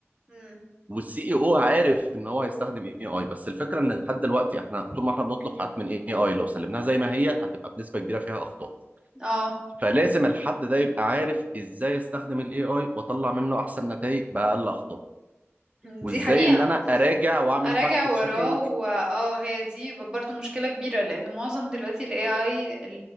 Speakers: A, on the right; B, on the right.
A: مم.
B: والسي اي او عارف ان هو هيستخدم اي اي بس الفكره ان لحد دلوقتي احنا طول ما احنا بنطلب حاجات من اي اي لو سلمناها زي ما هي هتبقى بنسبه كبيره فيها اخطاء
A: اه
B: فلازم الحد ده يبقى عارف ازاي استخدم الاي اي واطلع منه احسن نتائج باقل اخطاء
A: دي
B: وازاي
A: حقيقة
B: ان انا اراجع واعمل
A: اراجع
B: فاكت
A: وراه
B: تشيكينج
A: و... اه هي دي برضو مشكلة كبيرة لان معظم دلوقتي ال AI